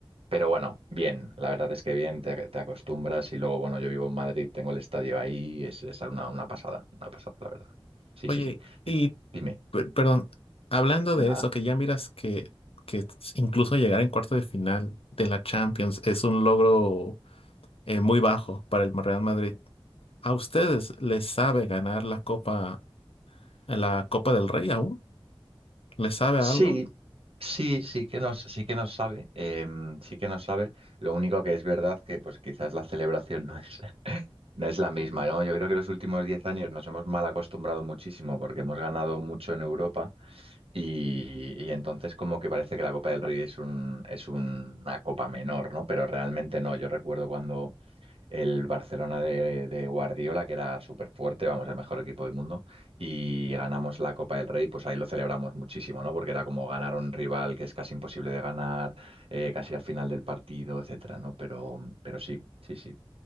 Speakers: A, on the right (about 85°); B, on the left (about 85°).
A: Pero bueno, bien, la verdad es que bien, te, te acostumbras y luego, bueno, yo vivo en Madrid, tengo el estadio ahí, es, es una, una pasada, una pasada, la verdad. Sí,
B: Oye,
A: sí, sí.
B: y
A: Y t- Dime,
B: per- perdón, hablando
A: nada.
B: de eso, que ya miras que, que incluso llegar en cuarto de final de la Champions es un logro eh, muy bajo para el Real Madrid. ¿A ustedes les sabe ganar la Copa, la Copa del Rey aún? ¿Les sabe
A: Sí,
B: algo?
A: sí, sí que nos, sí que nos sabe, em, sí que nos sabe. Lo único que es verdad que pues quizás la celebración no es, <laughs> no es la misma, ¿no? Yo creo que los últimos 10 años nos hemos mal acostumbrado muchísimo porque hemos ganado mucho en Europa Y, y entonces como que parece que la Copa del Rey es un, es una copa menor, ¿no? Pero realmente no. Yo recuerdo cuando el Barcelona de, de Guardiola, que era súper fuerte, vamos, el mejor equipo del mundo, y ganamos la Copa del Rey, pues ahí lo celebramos muchísimo, ¿no? Porque era como ganar a un rival que es casi imposible de ganar, eh, casi al final del partido, etcétera, ¿no? Pero, pero sí, sí, sí.